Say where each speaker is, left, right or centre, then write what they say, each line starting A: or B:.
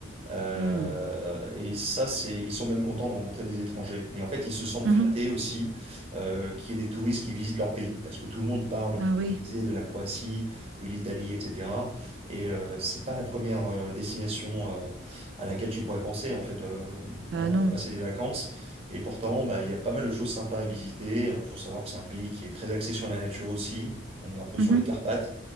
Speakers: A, on the right (about 30°); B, on the right (about 65°).
A: Euh,
B: Mmh.
A: et ça, c'est, ils sont même contents de rencontrer des étrangers. Et en fait, ils se sentent
B: Mmh
A: flattés aussi euh, qu'il y ait des touristes qui visitent leur pays, parce que tout le monde parle,
B: mh. Ah oui,
A: comme tu disais, de la Croatie, de l'Italie, etc. Et euh, c'est pas la première euh, destination euh, à laquelle tu pourrais penser, en fait, euh, voilà,
B: bah non.
A: pour passer les vacances. Et pourtant, bah, il y a pas mal de choses sympas à visiter. Alors, faut savoir que c'est un pays qui est très axé sur la nature aussi. On est un peu
B: Mmh
A: sur les
B: mh.
A: Carpates.